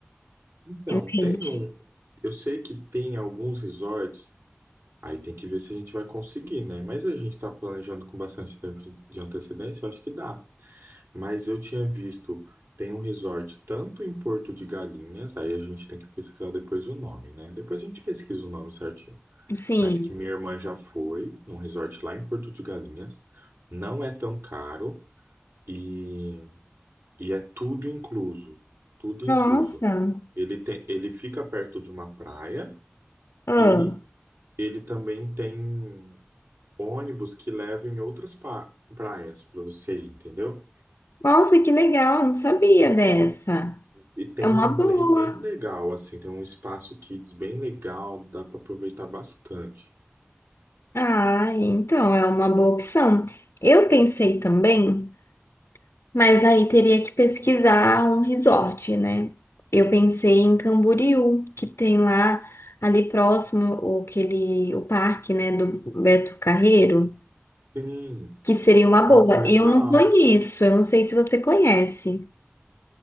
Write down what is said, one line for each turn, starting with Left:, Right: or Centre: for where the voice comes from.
Right: Então,
Left: em mente?
Right: tem um. Eu sei que tem alguns resorts, aí tem que ver se a gente vai conseguir, né? Mas a gente está planejando com bastante tempo de de antecedência, eu acho que dá. Mas eu tinha visto, tem um resort tanto em Porto de Galinhas, aí a gente tem que pesquisar depois o nome, né? Depois a gente pesquisa o nome certinho.
Left: Sim.
Right: Mas que minha irmã já foi num resort lá em Porto de Galinhas, não é tão caro e, e é tudo incluso. Tudo incluso.
Left: Nossa.
Right: Ele tem, ele fica perto de uma praia.
Left: Ah,
Right: E ele também tem ônibus que leva em outras pa- praias para você ir, entendeu?
Left: nossa, que legal. eu Não sabia dessa.
Right: E tem
Left: É uma
Right: um
Left: boa.
Right: play bem legal, assim, tem um espaço kids bem legal, dá para aproveitar bastante.
Left: Ah, então é uma boa opção. Eu pensei também, mas aí teria que pesquisar um resort, né? Eu pensei em Camboriú, que tem lá ali próximo o, aquele, o parque, né, do Beto Carreiro.
Right: Sim,
Left: que seria uma
Right: ah,
Left: boa.
Right: legal.
Left: Eu não conheço, eu não sei se você conhece.